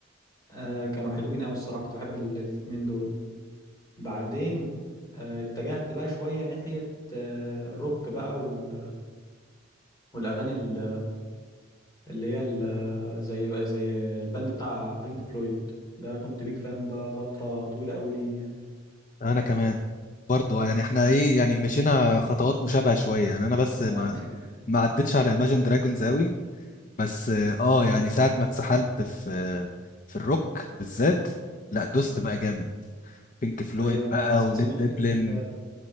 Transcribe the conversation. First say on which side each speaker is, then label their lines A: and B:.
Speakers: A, on the left; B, on the left.
A: آه كانوا حلوين قوي الصراحه كنت بحب ال- الاتنين دول بعدين آه اتجهت بقى شويه ناحيه آه الروك بقى وال والاغاني ال- اللي هي ال- زي بقى زي البند بتاع بينك فلويد ده كنت بيك فان بقى فتره طويله قوي ليه يعني
B: انا كمان برضو آه، يعني احنا ايه يعني مشينا خطوات مشابهه شويه يعني انا بس ما
A: آه، <laughs>
B: ما عدتش على Imagine Dragons قوي بس اه آه، يعني ساعه ما اتسحلت في آه، في الروك بالذات لا دوست بقى جامد بينك فلويد
A: ايوه انا
B: بقى
A: س-
B: وليد
A: سمعت
B: زيبلين
A: فيه كتير فعلا